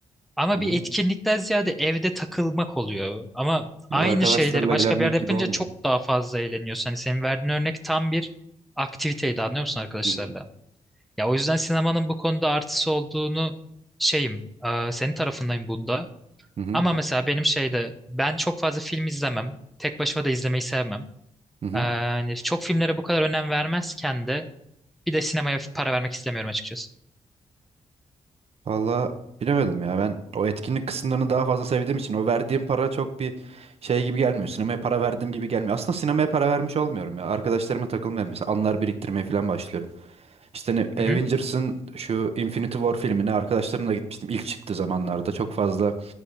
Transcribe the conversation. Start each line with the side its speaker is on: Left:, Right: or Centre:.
Centre: Ama
Right: Hı
Centre: bir
Right: hı.
Centre: etkinlikten ziyade evde takılmak oluyor. Ama
Right: Ya
Centre: aynı
Right: da arkadaşlarla
Centre: şeyleri başka
Right: eğlenmek
Centre: bir yerde yapınca
Right: gibi olmuyor.
Centre: çok daha fazla eğleniyorsun. Hani senin verdiğin örnek tam bir aktiviteydi anlıyor musun arkadaşlarla?
Right: Hı hı.
Centre: Ya o yüzden sinemanın bu konuda artısı olduğunu şeyim, e, senin tarafındayım bunda.
Right: Hı hı.
Centre: Ama mesela benim şeyde ben çok fazla film izlemem. Tek başıma da izlemeyi sevmem.
Right: Hı hı.
Centre: Ee, hani çok filmlere bu kadar önem vermezken de bir de sinemaya para vermek istemiyorum açıkçası.
Right: Valla bilemedim ya ben o etkinlik kısımlarını daha fazla sevdiğim için o verdiğim para çok bir şey gibi gelmiyor. Sinemaya para verdiğim gibi gelmiyor. Aslında sinemaya para vermiş olmuyorum ya. Arkadaşlarıma takılmaya mesela anılar biriktirmeye falan başlıyorum. İşte ne,
Centre: Hı
Right: Avengers'ın
Centre: hı,
Right: şu Infinity War filmine arkadaşlarımla gitmiştim. İlk çıktığı zamanlarda çok fazla